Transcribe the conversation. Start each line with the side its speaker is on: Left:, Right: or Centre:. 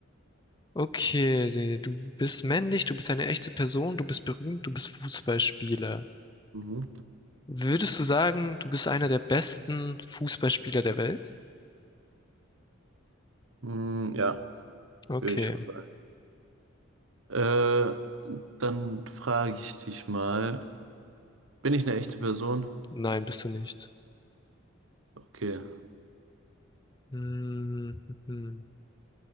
Left: Okay, die- du bist männlich, du bist eine echte Person, du bist berühmt, du bist Fußballspieler.
Right: Mhm.
Left: Würdest du sagen, du bist einer der besten Fußballspieler der Welt?
Right: Hm, ja,
Left: Okay.
Right: würde ich schon sagen. Äh, dann frage ich dich mal, bin ich eine echte Person?
Left: Nein, bist du nicht.
Right: Okay,
Left: Hm, hm.